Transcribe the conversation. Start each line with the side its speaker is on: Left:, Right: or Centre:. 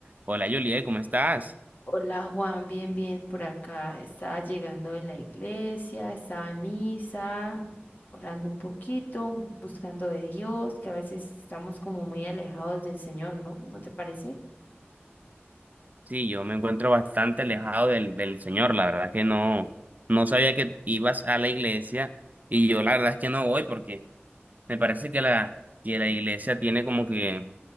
Right: Hola Juliet, ¿cómo estás?
Left: Hola Juan, bien, bien, por acá. Estaba llegando de la iglesia, estaba en misa, orando un poquito, buscando de Dios, que a veces estamos como muy alejados del Señor, ¿no? ¿No te parece?
Right: Sí, yo me encuentro bastante alejado del, del Señor, la verdad que no, no sabía que ibas a la iglesia y yo la verdad es que no voy porque me parece que la, que la iglesia tiene como que